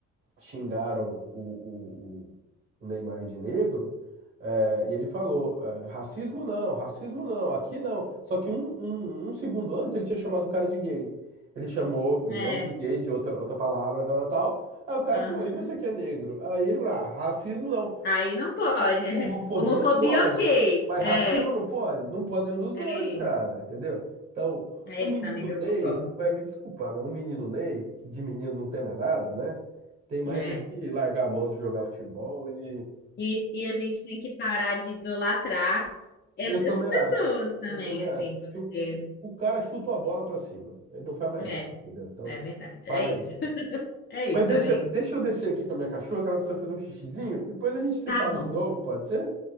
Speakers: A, on the right; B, on the left.
A: xingaram o, o, o Neymar de negro, é, e ele falou: é, racismo não, racismo não, aqui não. Só que um, um, um segundo antes ele tinha chamado o cara de gay. Ele chamou, não
B: É,
A: de gay, de outra, outra palavra, tal, tal. tal. Aí o cara
B: uhum.
A: falou: e você que é negro? Aí ele falou: ah, racismo não.
B: Aí não pode. <laughs>
A: Homofobia
B: Homofobia,
A: pode,
B: ok.
A: mas
B: É,
A: racismo não pode? Não pode nenhum dos dois,
B: é
A: cara,
B: isso,
A: entendeu? Então,
B: é
A: um menino
B: isso, amiga, eu
A: Ney,
B: concordo.
A: você vai me desculpar, mas um menino Ney, que de menino não tem mais nada, né? Tem mais
B: É.
A: é que largar a mão de jogar futebol e.
B: E, e a gente tem que parar de idolatrar essas
A: Eu também
B: pessoas
A: acho,
B: também,
A: eu também acho.
B: assim, porque.
A: que o, o, o cara chuta uma bola pra cima, ele não faz mais
B: É,
A: nada, entendeu? Então,
B: é verdade.
A: para
B: É isso.
A: aí.
B: <laughs> É isso,
A: Mas deixa,
B: amigo.
A: deixa eu descer aqui com a minha cachorra, que ela precisa fazer um xixizinho, depois a gente se
B: Tá
A: fala
B: bom,
A: de novo, pode ser?